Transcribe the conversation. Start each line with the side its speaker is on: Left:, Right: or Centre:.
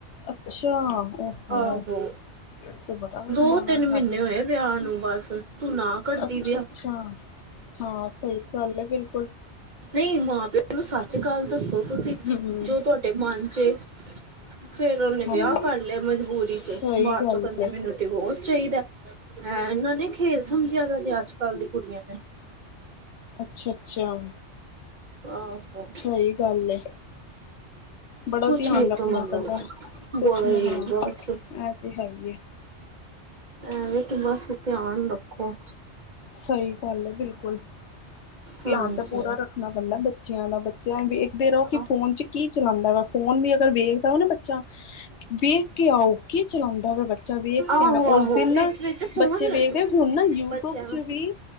Left: ਅੱਛਾ, ਓਹੋ।
Right: ਆਹੋ
Left: ਤੇ ਬੜਾ
Right: ਦੋ
Left: ਮਾੜਾ
Right: ਤਿੰਨ
Left: ਗੱਲ
Right: ਮਹੀਨੇ
Left: ਹੈ।
Right: ਹੋਏ ਵਿਆਹ ਨੂੰ ਬਸ, ਤੂੰ ਨਾ ਕਰਦੀ
Left: ਅੱਛਾ
Right: ਵਿਆਹ।
Left: ਅੱਛਾ ਹਾਂ ਸਹੀ ਗੱਲ ਏ ਬਿਲਕੁਲ।
Right: ਨਹੀਂ ਮਾਂ ਪਿਓ ਨੂੰ ਸੱਚ ਗੱਲ ਦੱਸੋ ਤੁਸੀਂ,
Left: ਹੂੰ
Right: ਜੋ ਤੁਹਾਡੇ ਮਨ ਚ ਏ। ਫੇਰ ਉਹਨੇ
Left: ਹਾਂ
Right: ਵਿਆਹ ਕਰ ਲਿਆ ਮਜਬੂਰੀ
Left: ਸਹੀ
Right: ਚ, ਬਾਅਦ
Left: ਗੱਲ
Right: ਚੋਂ ਕਹਿੰਦੀ
Left: ਹੈ
Right: ਮੈਨੂੰ ਡਿਵੋਰਸ ਚਾਹੀਦਾ, ਹੈ ਇਹਨਾਂ ਨੇ ਖੇਲ ਸਮਝਿਆ ਤਾਂ ਜੇ ਅੱਜ ਕੱਲ ਦੀ ਕੁੜੀਆਂ ਨੇ।
Left: ਅੱਛਾ -ਅੱਛਾ
Right: ਆਹੋ
Left: ਸਹੀ ਗੱਲ ਏ। ਬੜਾ
Right: ਕੁਛ
Left: ਧਿਆਨ
Right: ਨਹੀਂ
Left: ਰੱਖਣਾ
Right: ਸਮਝ ਲੱਗਦਾ
Left: ਪੈਂਦਾ, ਕੁਛ
Right: ਬੜਾ
Left: ਨੀ
Right: ਹੀ
Left: ਹਾਂ
Right: ਬਸ
Left: ਇਹ ਤੇ ਹੈ ਹੀਏ।
Right: ਐਵੇਂ ਕਿ ਬਸ ਧਿਆਨ ਰੱਖੋ।
Left: ਸਹੀ ਗੱਲ ਐ ਬਿਲਕੁਲ। ਧਿਆਨ
Right: ਹਾਂਜੀ
Left: ਤਾਂ ਪੂਰਾ ਰੱਖਣਾ ਪੈਂਦਾ ਬੱਚਿਆਂ ਦਾ, ਬੱਚਿਆਂ ਦਾ ਵਿਖਦੇ ਰਹੋ ਕਿ
Right: ਆਹ-
Left: ਫੋਨ 'ਚ' ਕੀ ਚਲਾਉਂਦਾ ਵਾ, ਫੋਨ ਵੀ ਅਗਰ ਵੇਖਦਾ ਨਾ ਬੱਚਾ ਵੇਖ ਕੇ ਆਓ ਕੀ ਚਲਾਉਂਦਾ ਵਾ ਬੱਚਾ। ਜਾ ਵੇਖ ਕੇ
Right: ਆਹੋ
Left: ਨਾ
Right: ਆਹੋ
Left: ਉਸ ਦਿਨ
Right: ਵਿੱਚ
Left: ਨਾ
Right: ਵਿੱਚ ਫੋਨ
Left: ਬੱਚੇ
Right: ਲੈ
Left: ਵੇਖਦੇ
Right: ਲੋ
Left: ਹੁਣ ਨਾ ਯੂਟਿਊਬ
Right: ਬੱਚਿਆਂ ਨੂੰ
Left: ਚ ਵੀ